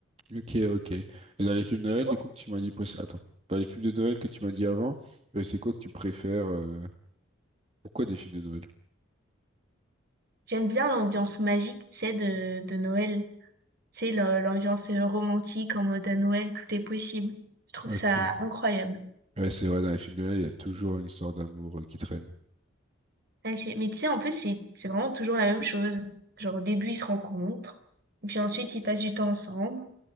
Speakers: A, on the right; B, on the right.
A: Ok, ok. Et dans les films de
B: Et
A: Noël,
B: toi?
A: du coup, que tu m'as dit... préc- Attends. Dans les films de Noël que tu m'as dit avant, euh, c'est quoi que tu préfères? euh, Pourquoi des films de Noël?
B: J'aime bien l'ambiance magique, tu sais, de, de Noël. Tu sais, le- l'ambiance euh, romantique en mode à Noël, tout est possible. Je trouve
A: Ok.
B: ça incroyable.
A: Ouais, c'est vrai, dans les films de là, il y a toujours une histoire d'amour euh, qui traîne.
B: Ouais, c'est- Mais tu sais, en plus, c'est c'est vraiment toujours la même chose. Genre, au début, ils se rencontrent, et puis ensuite, ils passent du temps ensemble.